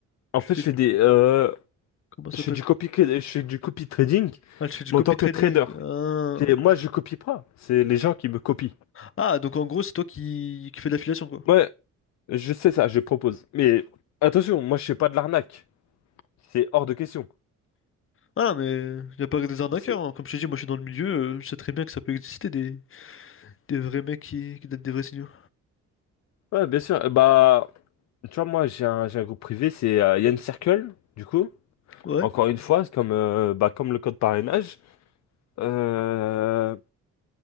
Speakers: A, on the left; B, on the left.
A: En
B: Tu
A: fait,
B: fais...
A: je fais des, euh,
B: Comment ça
A: je
B: s'appelle?
A: fais du copy, je fais du copy trading,
B: Ah, tu fais du
A: mais
B: copy
A: en tant
B: trading.
A: que trader.
B: Ah,
A: Et moi, je copie pas. C'est les gens qui me copient.
B: Ah, donc en gros, c'est toi qui, qui fais de l'affiliation, quoi.
A: Ouais, je sais ça, je propose. Mais attention, moi, je fais pas de l'arnaque. C'est hors de question.
B: Ah, non, mais il n'y a pas que des arnaqueurs.
A: C'est-
B: hein. Comme je t'ai dit, moi, je suis dans le milieu. euh, je sais très bien que ça peut exister des, Des vrais mecs qui, qui donnent des vrais signaux.
A: Ouais, bien sûr. Euh, Bah, tu vois, moi, j'ai un, j'ai un groupe privé, c'est euh, Yann Circle, du coup.
B: Ouais.
A: Encore une fois, c'est comme, euh, bah, comme le code parrainage. Euh,